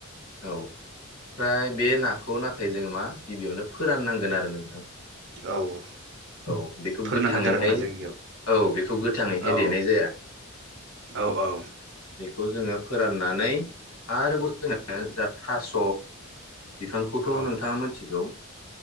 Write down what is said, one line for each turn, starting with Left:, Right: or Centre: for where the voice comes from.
Left: औ। ओमफ्राय बे नाखौ नाथाय जों मा गिबियावनो फोराननांगोन आरो नोंथां।
Right: औ
Left: औ बेखौ
Right: फोरोंनांगोन
Left: गोथाङैहाय
Right: आरोना जोंनियाव
Left: औ बेखौ गोथाङैहाय
Right: औ
Left: देनाय जाया
Right: औ औ
Left: बेखौ जोङो। फोराननानै आरोबाव जोङो जा थास' बिफांखौथ'
Right: औ
Left: नोंथाङा मोनथिगौ।